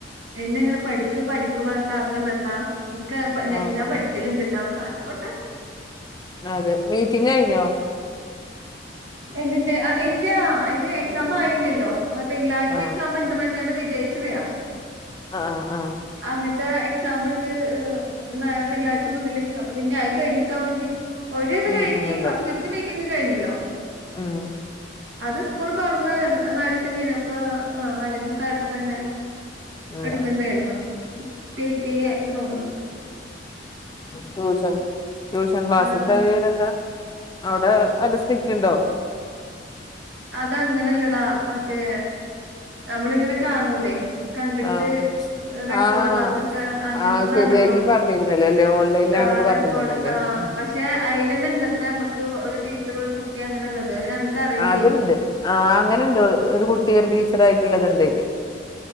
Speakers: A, on the right; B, on the left.
A: എന്നെ ഇങ്ങനെ പഠിക്ക് പഠിക്ക് പറഞ്ഞിട്ട് ആക്കണ്ടട്ടാ. ഇക്ക് എഹ് പ ഞ
B: ആഹ്
A: ഞാൻ
B: ആഹ്
A: പഠിക്കല്ണ്ട്ട്ടാ ആയിക്കോട്ടെ
B: അതെ. മീറ്റിംഗ് കഴിഞ്ഞോ?
A: എന്തിൻ്റെ? ഇല്ലാ അയ്ന് എക്സാം ആയില്ലല്ലോ. തിങ്കളാഴ്ച
B: ആഹ്
A: എക്സാം ണ്ട്. മറ്റേ അന്ന് വിജയശ്രീയാ.
B: അ ആ ആ
A: അങ്ങട്ടെ എക്സാം ഉണ്ട് ഇനി നാ തിങ്കളാഴ്ച മുതല് അപ്പൊ പിന്നെ അത് കഴിഞ്ഞിട്ടവന് ഒരു ഇത്
B: മീറ്റിംഗ്
A: കഴിഞ്ഞ്
B: ഉണ്ടാവും
A: ഫസ്റ്റ്ത്തേ മീറ്റിംങ്‌ കഴിഞ്ഞല്ലോ
B: ഉം
A: അത് സ്കൂൾ തുറന്ന് നാലിസം കഴിഞ്ഞ് ആ് ആ് നാലഞ്ചീസായപ്പതന്നെ
B: ഉം
A: എടുക്കണ്ടേര്ന്നു പി ടി എ തോന്ന്ണ്ട്
B: ട്യൂഷൻ ട്യൂഷൻ ക്ലാസിത്ത
A: ആഹ്
B: വിവര ന്താ അവടെ നല്ല സ്ട്രിറ്റ് ഇണ്ടോ
A: അതങ്ങനല്ലടാ മറ്റേ നമ്മൾങ്ങനെ കാണൂലേ കണ്ട്ട്ട്
B: ആഹ്
A: റക്കോട്
B: ആഹ്
A: ക്ലാസ്സൊക്കെ അങ്ങൻത്തതാണടോ
B: ആഹ് ശരിയാ ഇയ്യ് പറഞ്ഞിരുന്നല്ലോ അല്ലേ ഓൺലൈനിലാണെന്ന്
A: ആ റ
B: പറഞ്ഞിരുന്നല്ലോ
A: <unintelligible>
B: അല്ലേ
A: ആ
B: ഉം
A: അയ്ലന്നേ ഇണ്ടത്ര മ്മക്ക് ഒരു ടീച്ചറും ഒരു കുട്ടിം അങ്ങനെള്ളത് അത് ഞങ്ങക്ക് അറിയില്ല
B: അതുണ്ട് ആഹ് അങ്ങനണ്ട് ഒരു കുട്ടി ഒരു ടീച്ചർ ആയിട്ട്ള്ളത്ണ്ട് അയ്ല്